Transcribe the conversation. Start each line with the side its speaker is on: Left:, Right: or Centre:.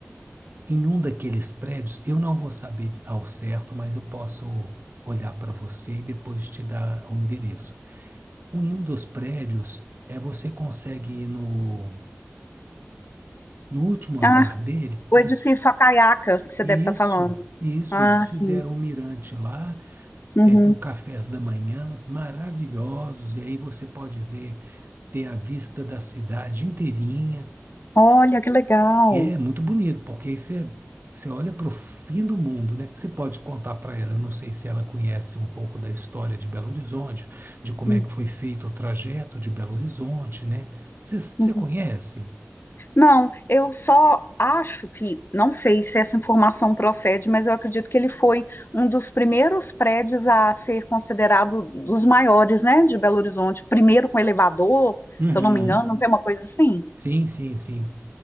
Right: Em um daqueles prédios, eu não vou saber ao certo, mas eu posso olhar para você e depois te dar o endereço. Um, Em um dos prédios, é, você consegue ir no, no último andar
Left: Ah,
Right: dele,
Left: o
Right: eles,
Left: edifício
Right: fi-
Left: Acaiaca, que você
Right: e
Left: deve estar
Right: isso,
Left: falando.
Right: e isso,
Left: Ah,
Right: eles fizeram
Left: sim.
Right: um mirante lá,
Left: Uhum.
Right: é, com cafés da manhã maravilhosos, e aí você pode ver, ter a vista da cidade inteirinha.
Left: Olha, que legal.
Right: E é muito bonito, porque aí você, você olha para o fim do mundo, né? Você pode contar para ela, eu não sei se ela conhece um pouco da história de Belo Horizonte, de como
Left: Hum,
Right: é que foi feito o trajeto de Belo Horizonte, né? Você, você
Left: uhum.
Right: conhece?
Left: Não, eu só acho que, não sei se essa informação procede, mas eu acredito que ele foi um dos primeiros prédios a ser considerado dos maiores, né, de Belo Horizonte. Primeiro com elevador,
Right: Uhum.
Left: se eu não me engano, não tem uma coisa assim?
Right: Sim, sim, sim.